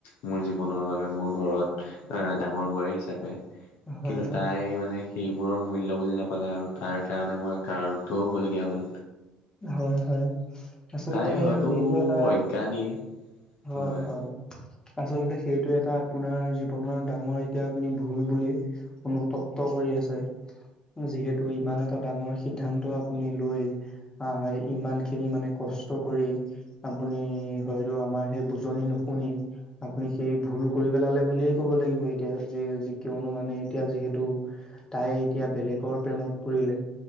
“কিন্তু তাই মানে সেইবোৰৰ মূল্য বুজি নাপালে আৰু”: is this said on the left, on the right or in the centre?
Left